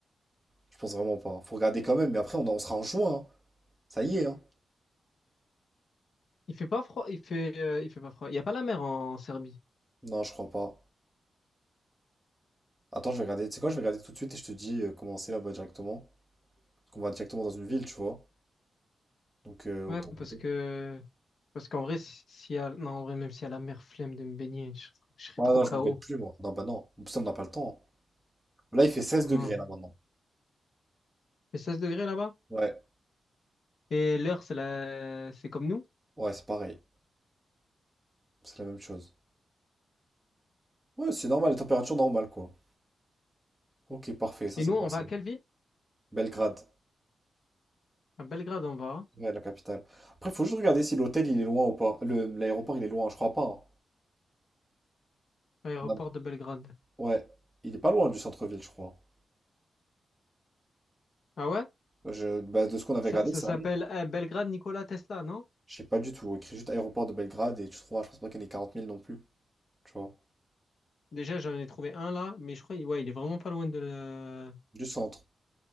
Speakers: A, in the centre; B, on the left.
A: Je pense vraiment pas. Faut regarder quand même, mais après, on, on sera en juin. hein. Ça y est, hein.
B: Il fait pas froid, il fait, euh, il fait pas froid. Il n'y a pas la mer en Serbie.
A: Non, je crois pas. Attends, je vais regarder. Tu sais quoi, je vais regarder tout de suite et je te dis euh, comment c'est là-bas directement. Parce qu'on va directement dans une ville, tu vois. Donc, euh,
B: Ouais,
A: autant regarder.
B: parce que parce qu'en vrai, si, s'il y a non, en vrai, même s'il y a la mer flemme de me baigner, je, je serais
A: Ah
B: trop
A: non,
B: KO.
A: je me baigne plus, moi. Non, bah non. En plus, on n'a pas le temps. Là, il fait seize
B: Hum.
A: degrés, là, maintenant.
B: Et 16 degrés là-bas?
A: Ouais,
B: Et l'heure, c'est la... c'est comme nous.
A: ouais, c'est pareil. C'est la même chose. Ouais, c'est normal, les températures normales, quoi. Ok, parfait, ça
B: Et
A: c'est
B: nous, on
A: bon signe.
B: va à quelle ville?
A: Belgrade,
B: À Belgrade, on va. hein.
A: ouais, la capitale. Après, faut juste regarder si l'hôtel il est loin ou pas. Le, l'aéroport il est loin, je crois pas. hein.
B: Aéroport
A: Non.
B: de Belgrade.
A: Ouais, il est pas loin du centre-ville, je crois.
B: Ah ouais?
A: Je, bah, de ce qu'on avait
B: Ça,
A: regardé,
B: ça
A: ça
B: s'appelle
A: allait.
B: eh, Belgrade Nikola Tesla, non?
A: Je sais pas du tout. écrit juste aéroport de Belgrade et tu trouveras, je pense pas qu'il y ait 40 000 non plus, tu vois.
B: Déjà, j'en ai trouvé un là, mais je crois, ouais, il est vraiment pas loin de le...
A: Du centre.